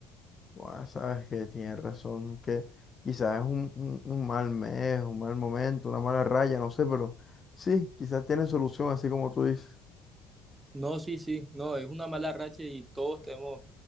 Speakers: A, on the left (about 30°); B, on the right (about 20°).
A: Buah, sabes que tienes razón, que quizás es un, un un mal mes, un mal momento, una mala raya, no sé, pero sí, quizás tiene solución, así como tú dices.
B: No, sí, sí, no, es una mala racha y todos tenemos